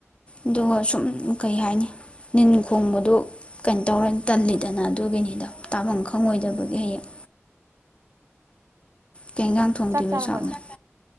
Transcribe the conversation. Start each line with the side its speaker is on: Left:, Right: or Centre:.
Left: ꯑꯗꯨꯒ ꯁꯨꯝ ꯀꯩ ꯍꯥꯏꯅꯤ ꯅꯤꯟ ꯈꯣꯡꯕꯗꯣ ꯀꯩꯅꯣ ꯇꯧꯔꯅꯤ ꯇꯜꯂꯤꯗꯅ ꯑꯗꯨꯒꯤꯅꯤꯗ ꯇꯥꯚꯝ ꯈꯪꯉꯣꯏꯗꯕꯒꯤ
Right: ꯎꯝ
Left: ꯍꯌꯦꯡ ꯀꯩ ꯍꯦꯟꯖꯥꯡ ꯊꯣꯡꯗꯣꯏꯕ
Right: ꯆꯥꯛ ꯆꯥꯔꯕꯣ
Left: ꯆꯥꯛꯅ
Right: ꯅꯪ